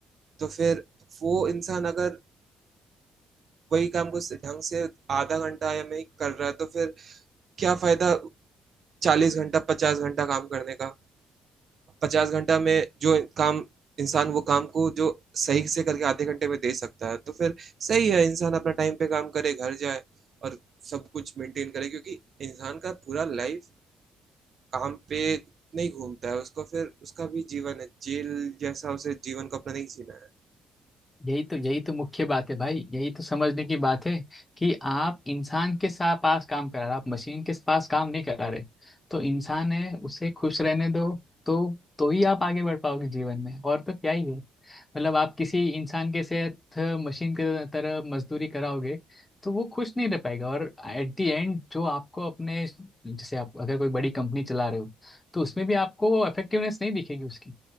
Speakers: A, on the right (about 50°); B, on the left (about 20°).
A: तो फिर वो इंसान अगर वही काम को ढंग से आधा घंटा या नहीं कर रहा है तो फिर क्या फायदा चालीस घंटा पचास घंटा काम करने का पचास घंटा में जो काम इंसान वो काम को जो सही से करके आधे घंटे में दे सकता है तो फिर सही है इंसान अपना टाइम पे काम करे घर जाए और सब कुछ मेंटेन करे क्योंकि इंसान का पूरा लाइफ काम पे नहीं घूमता है उसको फिर उसका भी जीवन है जेल जैसा उसे जीवन को अपना नहीं जीना है
B: यही तो यही तो मुख्य बात है भाई यही तो समझने की बात है कि आप इंसान के साथ पास काम करा रहे आप मशीन के पास काम नहीं करा रहे तो इंसान है उसे खुश रहने दो तो तो ही आप आगे बढ़ पाओगे जीवन में और तो क्या ही है मतलब आप किसी इंसान के साथ मशीन के तरह मजदूरी कराओगे तो वो खुश नहीं रह पाएगा और एट दी एंड जो आपको अपने जैसे आप अगर कोई बड़ी कंपनी चला रहे हो तो उसमें भी आपको इफेक्टिवनेस नहीं दिखेगी उसकी